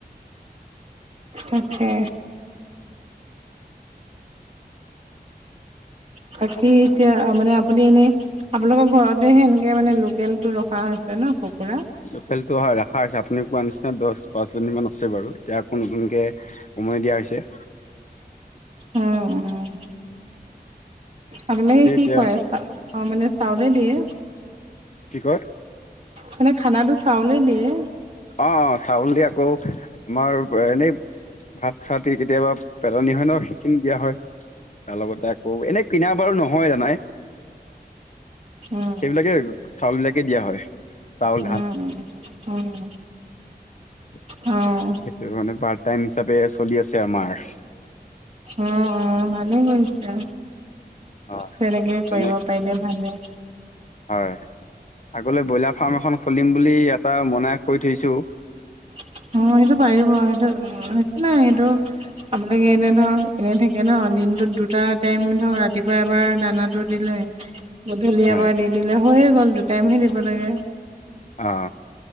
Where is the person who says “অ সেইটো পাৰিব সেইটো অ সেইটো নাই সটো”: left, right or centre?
Right